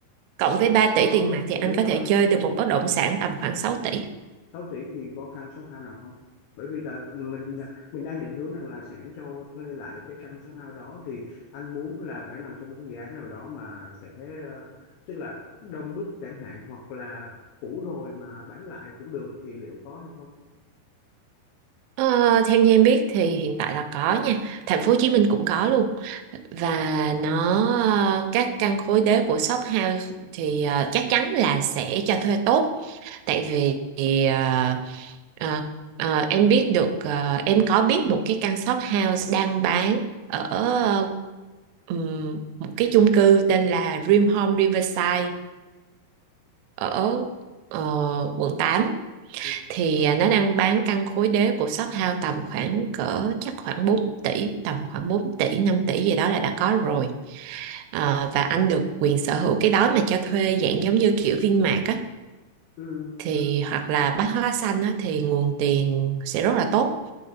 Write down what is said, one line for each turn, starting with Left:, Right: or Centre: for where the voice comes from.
Right: cộng với ba
Left: có
Right: tỷ tiền mặt thì
Left: đúng
Right: anh có
Left: rồi
Right: thể chơi được một bất động sản tầm khoảng sáu tỷ
Left: sáu tỷ thì có căn shop house nào không bởi vì là mình mình đang định hướng rằng là sẽ cho thuê lại cái căn shop house đó thì anh muốn là phải nằm trong một cái dự án nào đó mà sẽ ờ, tức là đông đúc chẳng hạn hoặc là cũ rồi mà bán lại cũng được thì liệu có hay không
Right: Ờ, theo như em biết thì hiện tại là có nha thành phố Hồ Chí Minh cũng có luôn và nó ờ, các căn khối đế của shop house thì ờ, chắc chắn là sẽ cho thuê tốt tại vì ờ, ờ, ờ, em biết được ờ, em có biết một cái căn shop house đang bán ở ờ, ừm, một cái chung cư tên là Dream Home Riverside ở ờ, quận tám
Left: ừ.
Right: thì à, nó đang bán căn khối đế của shop house tầm khoảng cỡ chắc khoảng bốn tỷ tầm khoảng 4 tỷ 5 tỷ gì đó là đã có rồi Ờ, và anh được quyền sở hữu cái đó mà cho thuê dạng giống như kiểu Vinmart á
Left: Ừ.
Right: thì
Left: ừ.
Right: hoặc là Bách Hóa Xanh á thì nguồn tiền sẽ rất là tốt